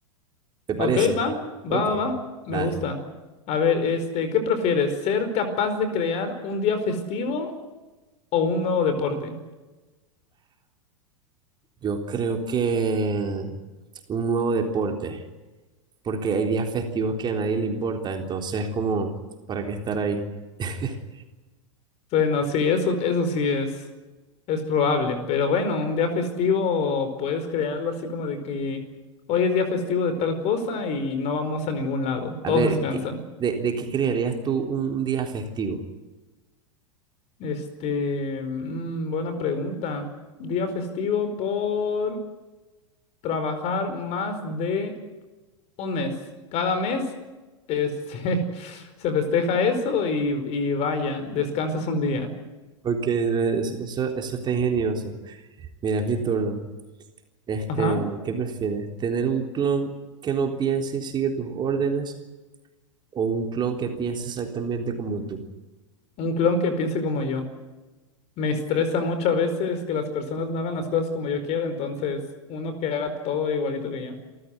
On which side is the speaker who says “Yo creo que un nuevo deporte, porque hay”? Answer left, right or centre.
Right